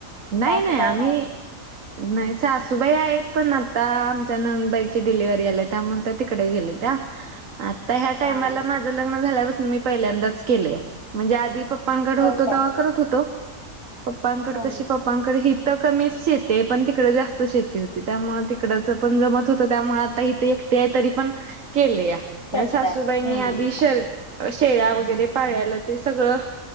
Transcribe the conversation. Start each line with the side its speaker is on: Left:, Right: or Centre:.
Right: नाही
Left: का असं
Right: नाही
Left: काय
Right: आम्ही नाही सासूबाई आहेत पण आ आता आमच्या नणंदबाईची डिलिव्हरी आलीया त्यामुळं त्या तिकडं गेले त्या. तर ह्या टाइमाला
Left: हां
Right: माझं लग्न झाल्यापासून मी पहिल्यांदाच केले म्हणजे आधी पप पनगड
Left: होय
Right: होतो
Left: काय
Right: तवा करत होतो पप्पांकडं
Left: हां
Right: कशी पप पानकडे ही तर कमीच शेती आहे पण तिकडे जास्त शेती होती त्यामुळे ते कडचं पण जमत होतं त्यामुळे आता इथे एकटे आहे तरी पण केले या
Left: करताय
Right: सासूबाईनी
Left: हम्म.
Right: आधी शर् शेळ्या वगैरे पाळलया ते सगळं